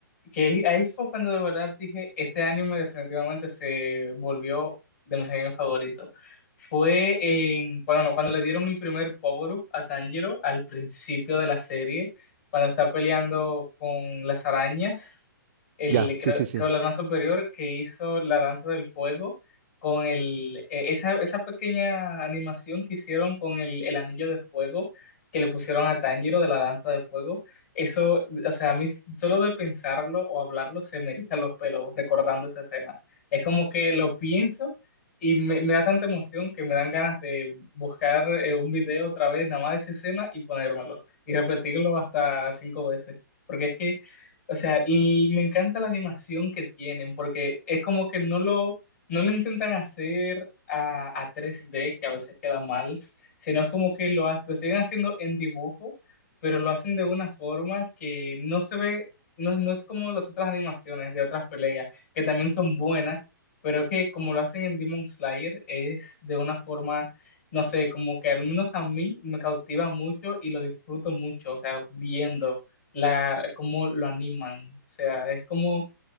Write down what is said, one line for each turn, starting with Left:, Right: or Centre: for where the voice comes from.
Left: que ahí ahí fue cuando de verdad dije, este anime definitivamente se volvió de mis animes favoritos. Fue en, bueno, no, cuando le dieron el primer power-up a Tanjiro al principio de la serie, cuando está peleando con las arañas, el,
Right: Ya,
Left: creo
Right: sí, sí, sí.
Left: que la superior que hizo la danza del fuego con el, eh, esa, esa pequeña animación que hicieron con el, el anillo de fuego que le pusieron a Tanjiro de la danza de fuego, eso, o sea, a mí solo de pensarlo o hablarlo se me erizan los pelos recordando esa escena. Es como que lo pienso y me, me da tanta emoción que me dan ganas de buscar eh, un video otra vez, nada más de esa escena y ponérmelo y repetirlo hasta cinco veces. Porque es que, o sea, y me encanta la animación que tienen, porque es como que no lo no lo intentan hacer a, a 3D, que a veces queda mal, sino es como que lo, ha- lo siguen haciendo en dibujo, pero lo hacen de una forma que no se ve, no, no es como las otras animaciones de otras peleas, que también son buenas, pero que como lo hacen en Demon Slayer, es de una forma, no sé, como que al menos a mí me cautiva mucho y lo disfruto mucho, o sea, viendo la, cómo lo animan, o sea, es como